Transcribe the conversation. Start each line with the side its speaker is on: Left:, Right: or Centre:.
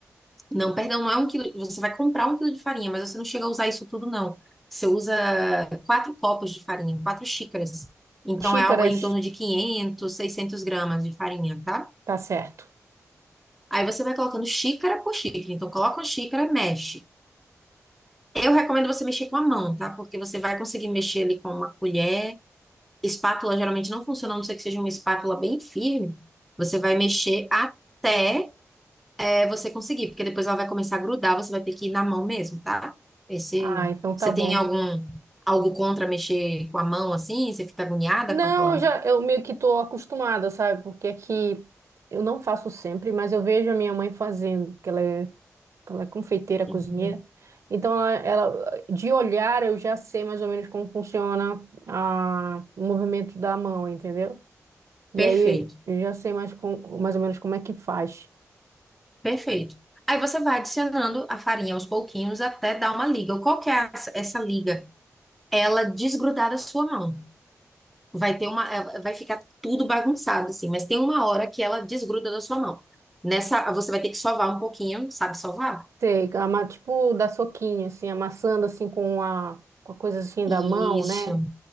Centre: não, perdão, não é um quilo, você vai comprar um quilo de farinha, mas você não chega a usar isso tudo, não. Você usa quatro copos de farinha, quatro xícaras. Então
Right: Xícaras,
Centre: é algo aí em torno de 500 600 gramas de farinha, tá?
Right: tá certo.
Centre: Aí você vai colocando xícara por xícara. Então coloca uma xícara, mexe. Eu recomendo você mexer com a mão, tá? Porque você vai conseguir mexer ali com uma colher espátula geralmente não funciona, a não ser que seja uma espátula bem firme. Você vai mexer até é, você conseguir, porque depois ela vai começar a grudar, você vai ter que ir na mão mesmo, tá? Esse,
Right: Ah, então tá
Centre: você
Right: bom.
Centre: tem algum algo contra mexer com a mão assim? Você fica agoniada
Right: Não,
Centre: com aquela?
Right: eu já eu meio que tô acostumada, sabe? Porque aqui eu não faço sempre, mas eu vejo a minha mãe fazendo, que ela é Ela é confeiteira, cozinheira.
Centre: Uhum.
Right: Então, ela, ela- de olhar, eu já sei mais ou menos como funciona a, o movimento da mão, entendeu? E
Centre: Perfeito,
Right: aí, eu já sei mais, com, mais ou menos como é que faz.
Centre: perfeito. Aí você vai adicionando a farinha aos pouquinhos até dar uma liga. Qual que é essa essa liga? Ela desgrudar da sua mão. vai ter uma, eh, vai ficar tudo bagunçado assim, mas tem uma hora que ela desgruda da sua mão. Nessa, você vai ter que sovar um pouquinho, sabe sovar?
Right: Sei, ama- tipo, dar soquinho, assim, amassando, assim, com a, com a coisa, assim,
Centre: Isso,
Right: da mão, né?